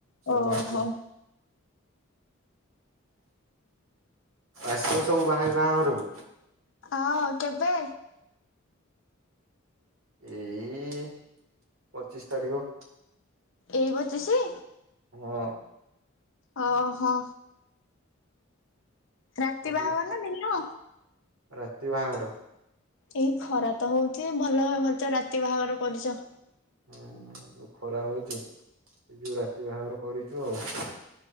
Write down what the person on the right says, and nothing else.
ସମସ୍ତେ।
ଆସିବ ସବୁ ଭାଇ ବାହାଘରକୁ।
ଏଇ ପଚିଶ ତାରିଖ।
ହଁ
ସବୁ
ରାତି ବାହାଘର।
ହୁଁ ଯୋଉ ଖରା ହଉଛି ସେଇ ଯୋଗୁ ରାତି ବାହାଘର କରିଛୁ ଆଉ।